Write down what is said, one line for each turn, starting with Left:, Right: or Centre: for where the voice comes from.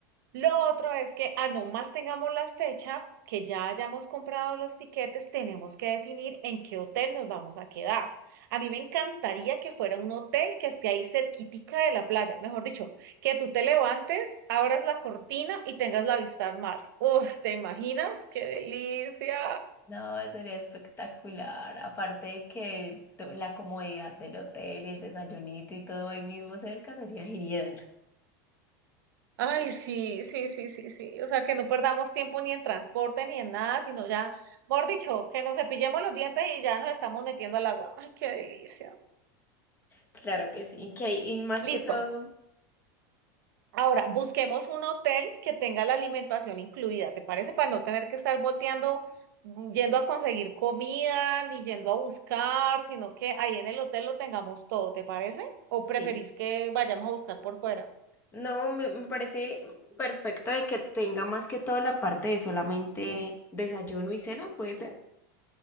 Right: Lo otro es que a no más tengamos las fechas, que ya hayamos comprado los tiquetes, tenemos que definir en qué hotel nos vamos a quedar. A mí me encantaría que fuera un hotel que esté ahí cerquitica de la playa. Mejor dicho, que tú te levantes, abras la cortina y tengas la vista al mar. Uf, ¿te imaginas? ¡Qué delicia!
Left: No, sería espectacular. Aparte de que to- la comodidad del hotel y el desayunito y todo ahí mismo cerca sería genial.
Right: Ay, sí, sí, sí, sí, sí. O sea, que no perdamos tiempo ni en transporte ni en nada, sino ya, mejor dicho, que nos cepillemos los dientes y ya nos estamos metiendo al agua. Ay, qué delicia.
Left: Claro que sí, que y más que
Right: Listo.
Left: todo,
Right: Ahora, busquemos un hotel que tenga la alimentación incluida, ¿te parece? Para no tener que estar volteando, mm, yendo a conseguir comida, ni yendo a buscar, sino que ahí en el hotel lo tengamos todo, ¿te parece? ¿O preferís
Left: sí.
Right: que vayamos a buscar por fuera?
Left: No, me, me parece perfecta de que tenga más que todo la parte de solamente desayuno y cena, puede ser,